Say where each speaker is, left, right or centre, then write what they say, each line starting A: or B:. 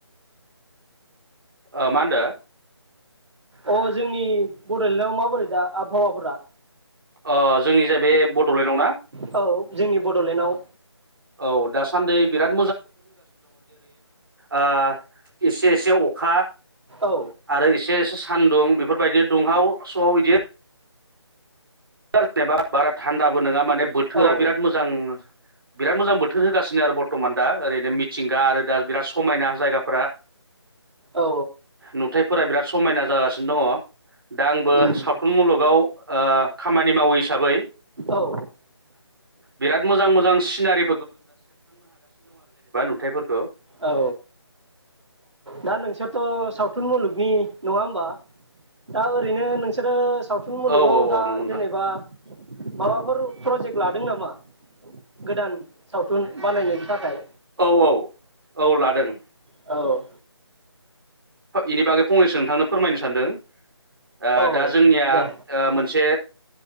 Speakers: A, on the right; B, on the right.
A: ओ मा होनदो
B: अ जोंनि बड'लेण्डआव मा बोरै दा आबहावाफोरा?
A: अ जोंनि जाय बे बड'लेण्डआव ना?
B: औ जोंनि बड'लेण्डआव
A: औ दासान्दि बिराद आ एसे एसे अखा
B: औ
A: आरो एसे एसे सान्दुं बेफोरबायदि दुंहाव स'आव इदि जेनेबा बारा थान्दाबो नोङा माने बोथोरा
B: औ
A: बिराद मोजां बिराद मोजां बोथोर होगासिनो आरो बर्थ'मान दा ओरैनो मिथिंगा आरो दा बिराद समायना जायगाफोरा
B: औ
A: नुथाइफोरा बिराद समायना जागासिनो दङ दा आंबो
B: उम
A: सावथुन मुलुगाव ओ खामानि मावै हिसाबै
B: औ
A: बिराद मोजां मोजां सिनारि नुथायफोरखौ
B: औ दा नोंसोरथ' सावथुन मुलुगनि नङा होमबा दा ओरैनो नोंसोरो सावथुन मुलुगाव
A: औ औ औ
B: दा
A: नंगौ नोंथां
B: जेनेबा माबाफोर प्रजेक्ट लादों नामा गोदान सावथुन? थुन बानायनायनि थाखाय?
A: औ औ औ लादों।
B: औ
A: इनि बागै फंनैसो नोंथांनो फोरमायनो सानदों। आ
B: औ
A: दा जोंनिया
B: दे
A: ओ मोनसे